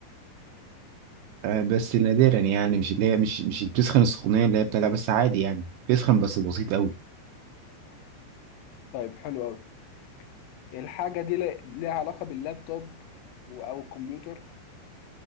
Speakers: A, on the right (about 80°); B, on the left (about 80°).
A: آه، بس نادرا يعني مش اللي هي مش مش بتسخن السخونية اللي هي بتاع لا، بس عادي يعني بتسخن بس بسيط أوي
B: طيب حلو أوي الحاجة دي ل- ليها علاقة باللابتوب و- أو الكمبيوتر